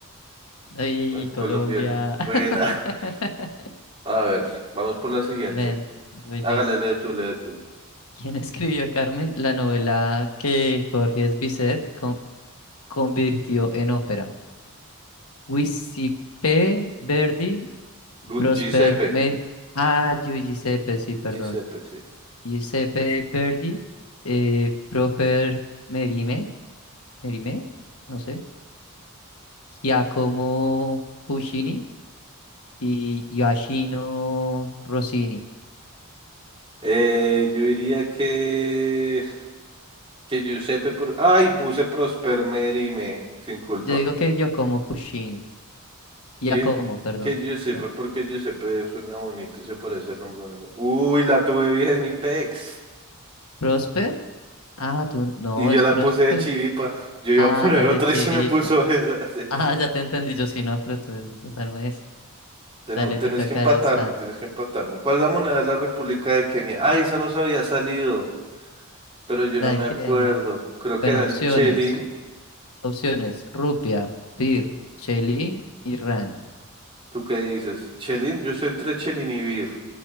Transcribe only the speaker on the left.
Ay,
Colombia.
<laughs>
Ven, voy
yo.
¿Quién escribió Carmen? La novela que Jorge Bizet con- convirtió en ópera. Giuseppe Verdi,
Prosper
Meri... Ah, Giuseppe, sí, perdón.
Giuseppe Verdi, eh, Proper Merime, Merime, no sé. Giacomo Puccini y Giacchino Rossini.
Yo digo que Giacomo Puccini. Giacomo,
perdón.
ya.
Prosper. Ah, tú, no,
es
Prosper.
Ah,
la de
Chiripa.
<laughs>
Ah, ya te entendí. Yo sí, no, pero tú, esa no es.
Dale,
te toca
esta.
La
de
Kenia.
Bueno,
opciones.
Opciones. Rupia, Pir, Cheli y Rand.